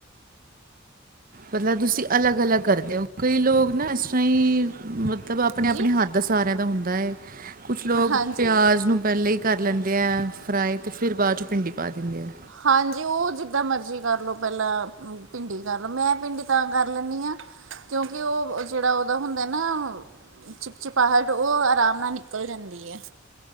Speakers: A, on the right (about 45°); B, on the right (about 75°).
A: ਮਤਲਬ ਤੁਸੀਂ ਅਲੱਗ, ਅਲੱਗ ਕਰਦੇ ਹੋ, ਕਈ ਲੋਕ ਨਾ ਇਸ ਤਰ੍ਹਾਂ ਹੀ, ਮਤਲਬ ਆਪਣੇ
B: ਜੀ
A: ਆਪਣੇ ਹੱਥ ਦਾ ਸਾਰਿਆਂ ਦਾ ਹੁੰਦਾ ਹੈ, ਕੁਛ ਲੋਕ
B: ਹਾਂਜੀ
A: ਪਿਆਜ਼ ਨੂੰ ਪਹਿਲੇ ਕਰ ਲੈਂਦੇ ਹੈ ਫਰਾਈ, ਤੇ ਫਿਰ ਬਾਅਦ 'ਚ ਭਿੰਡੀ ਪਾ ਦਿੰਦੇ ਆ।
B: ਹਾਂਜੀ ਉਹ ਜਿੱਦਾਂ ਮਰਜ਼ੀ ਕਰ ਲਉ, ਪਹਿਲਾਂ ਭਿੰਡੀ ਕਰ ਲਉ, ਮੈਂ ਭਿੰਡੀ ਤਾਂ ਕਰ ਲੈਂਦੀ ਹਾਂ। ਕਿਉਂਕਿ ਉਹ ਜਿਹੜਾ ਉਹਦਾ ਹੁੰਦਾ ਨਾ। ਚਿਪਚਿਪਾਹਟ, ਉਹ ਆਰਾਮ ਨਾਲ ਨਿਕਲ ਜਾਂਦੀ ਹੈ।